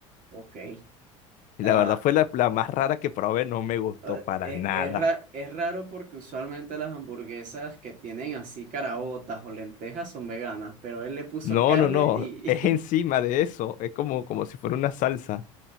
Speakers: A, on the right; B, on the left.
A: Ok.
B: Y
A: Está,
B: la verdad fue la, la más rara que probé, no me gustó
A: eh,
B: para
A: eh,
B: nada.
A: es, ra- es raro porque usualmente las hamburguesas que tienen así caraotas o lentejas son veganas, pero él le puso
B: No,
A: carne
B: no, no,
A: y...
B: <laughs> es encima
A: <laughs>
B: de eso, es como, como si fuera una salsa.